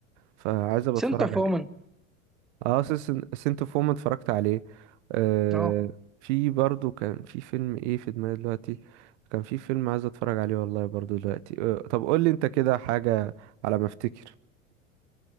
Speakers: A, on the right (about 55°); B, in the centre.
A: فعايز ابقى
B: سنتر
A: اتفرج
B: فومن
A: اه سنت اوف وومن اتفرجت عليه آه
B: اه
A: في برضو كان في فيلم ايه في دماغي دلوقتي كان في فيلم عايز اتفرج عليه والله برضو دلوقتي آه طب قول لي انت كده حاجة على ما افتكر